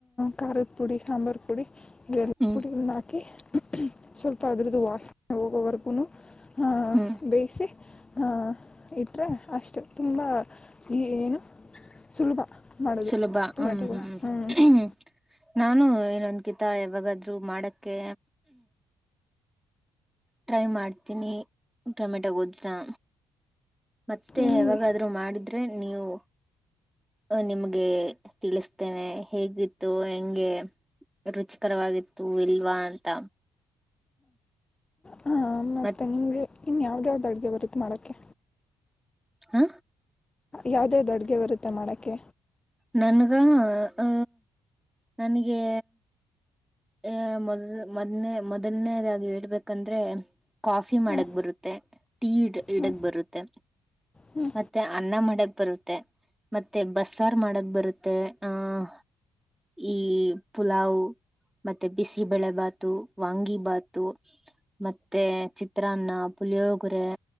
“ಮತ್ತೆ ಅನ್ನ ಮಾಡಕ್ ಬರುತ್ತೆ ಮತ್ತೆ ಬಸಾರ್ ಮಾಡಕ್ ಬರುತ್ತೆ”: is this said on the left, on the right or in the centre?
Centre